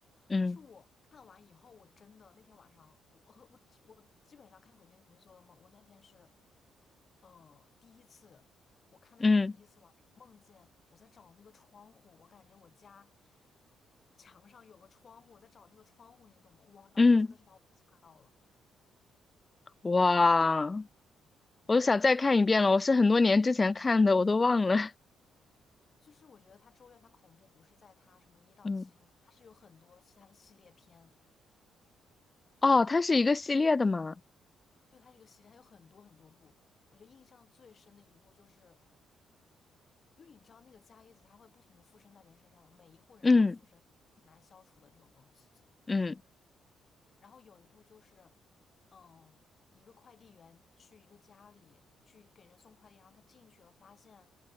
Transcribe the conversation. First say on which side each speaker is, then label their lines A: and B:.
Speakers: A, on the left; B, on the left.
A: 嗯
B: 但是我看完以后，我真的那天晚上，我我我基本上看鬼片都不会做噩梦。我那天是，呃，第一次我看那个片，
A: 嗯
B: 第一次晚上梦见我在找那个窗户，我感觉我家墙上有个窗户，我在找那个窗户，你懂吗？哇，当时真的是把我吓到了。
A: 嗯，哇，我想再看一遍了，我是很多年之前看的，我都忘了，
B: 就是我觉得它《咒怨》它恐怖不是在它什么一到七很恐，
A: <laughs> 嗯，
B: 它是有很多其他的系列片，
A: 哦，它是一个系列的嘛，
B: 就它这个系列，它有很多很多部。我觉得印象最深的一部就是，因为你知道那个伽椰子它会不停的附身在人身上嘛，每一户人都会附身，
A: 嗯
B: 很难消除的这种东西。
A: 嗯
B: 然后有一部就是，嗯，一个快递员去一个家里去给人送快递，然后他进去了，发现，